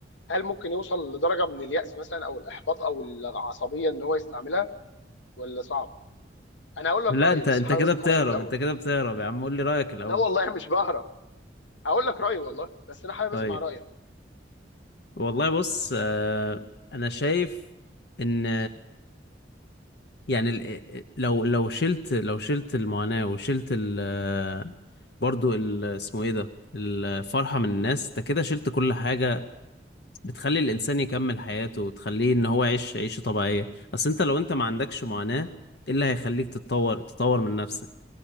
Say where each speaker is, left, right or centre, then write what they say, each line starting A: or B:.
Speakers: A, on the left (about 80°); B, on the left (about 60°).
A: هل ممكن يوصل لدرجه من اليأس مثلا او الاحباط او العصبيه ان هو يستعملها ولا صعب انا هقول لك
B: لا
A: رايي
B: انت
A: بس
B: انت
A: حابب
B: كده
A: اسمع
B: بتهرب
A: رايك الاول
B: انت كده بتهرب يا عم قول لي رأيك الأول
A: لا والله مش بهرب هقول لك رايي والله بس انا حابب
B: طيب
A: اسمع رايك
B: والله بص آه... انا شايف ان يعني ال- إيه، إيه، لو لو شلت لو شلت المعاناة وشلت ال برضو ال اسمه ايه ده الفرحة من الناس ده كده شلت كل حاجة بتخلي الإنسان يكمل حياته وتخليه إن هو يعيش عيشة طبيعية أصل أنت لو أنت ما عندكش معاناة إيه اللي هيخليك تتطور تطور من نفسك